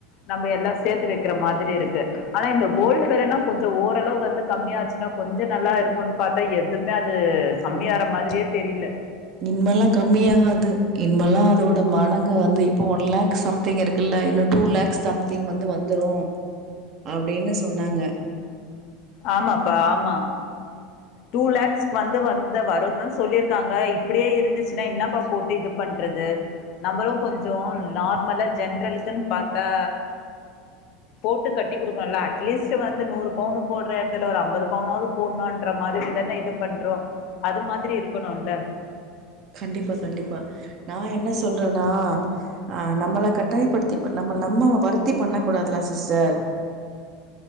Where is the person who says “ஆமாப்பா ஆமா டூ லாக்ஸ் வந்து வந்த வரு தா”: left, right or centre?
Left